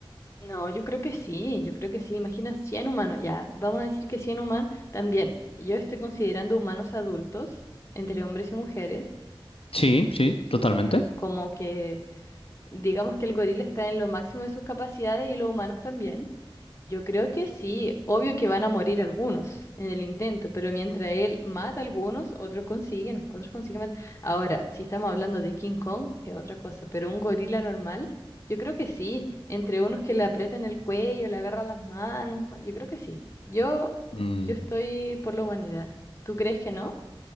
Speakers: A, on the left (about 30°); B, on the left (about 80°).
A: No, yo creo que sí, yo creo que sí. Imagina 100 humanos, ya, vamos a decir que 100 humanos también. Yo estoy considerando humanos adultos, entre hombres y mujeres,
B: Sí, sí, totalmente.
A: eh, como que digamos que el gorila está en lo máximo de sus capacidades y los humanos también. Yo creo que sí, obvio que van a morir algunos en el intento, pero mientras él mata a algunos, otros consiguen, otros consiguen matar. Ahora, si estamos hablando de King Kong, es otra cosa, pero un gorila normal, yo creo que sí, entre unos que le aprietan el cuello, le agarran las manos, yo creo que sí. Yo,
B: Mm.
A: yo estoy por la humanidad. ¿Tú crees que no?